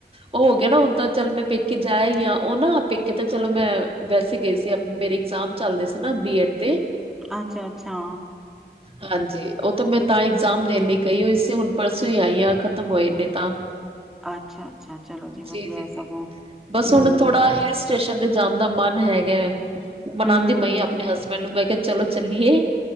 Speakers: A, on the right; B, in the centre.
A: ਓ ਹੋ ਗਿਆ ਨਾ ਹੁਨ ਤਾਂ ਚੱਲ ਮੈਂ ਪੇਕੇ ਜਾ ਆਈ ਆਂ, ਓ ਨਾ ਪੇਕੇ ਤਾ ਚਲੋ ਮੈਂ ਵੈਸੇ ਗਈ ਸੀ ਮੇਰੇ ਇਗਜ਼ਾਮ ਚੱਲਦੇ ਸੀ ਨਾ ਬੀ ਐਡ ਦੇ
B: ਅੱਛਾ, ਅੱਛਾ।
A: ਹਾਂਜੀ, ਓ ਤਾ ਮੈਂ ਤਾਂ ਇਗਜ਼ਾਮ ਦੇਨ ਨੀ ਗਈ <inaudible> ਹੁਨ ਪਰਸੋਂ ਹੀ ਆਈ ਆਂ ਖ਼ਤਮ ਹੋਏ ਨੇ ਤਾਂ
B: ਅੱਛਾ, ਅੱਛਾ ਚਲੋ ਜੀ
A: ਜੀ-ਜੀ-ਜੀ।
B: ਵਧੀਆ ਸਗੋਂ
A: ਬਸ
B: ਹੂੰ
A: ਹੁਣ ਥੋੜਾ ਹਿਲ <inaudible> ਦਾ ਮਨ ਹੈਗਾ। ਮਨਾਦੀ
B: ਹਮ
A: ਪਈ ਆਪਨੇ ਹਸਬੈਂਡ ਨੂੰ ਮੈਂ ਕਿਆ ਚਲੋ ਚੱਲੀਏ